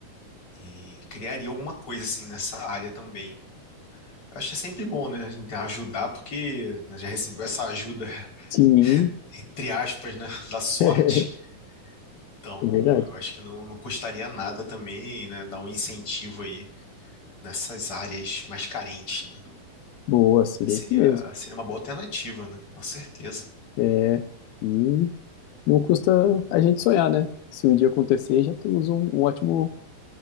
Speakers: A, on the left (about 35°); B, on the left (about 85°).
A: e criaria alguma coisa assim nessa área também. Acho que é sempre bom, né? a gente Ajudar, porque né, já recebeu essa ajuda,
B: Sim,
A: <laughs> entre aspas, né? Da sorte.
B: <laughs> é
A: Então,
B: verdade.
A: eu acho que não, não custaria nada também, né? Dar um incentivo aí nessas áreas mais carentes, né?
B: Boa, seria
A: Seria,
B: isso mesmo.
A: seria uma boa alternativa, né? Com certeza.
B: É, e não custa a gente sonhar, né? Se um dia acontecer, já temos um, um ótimo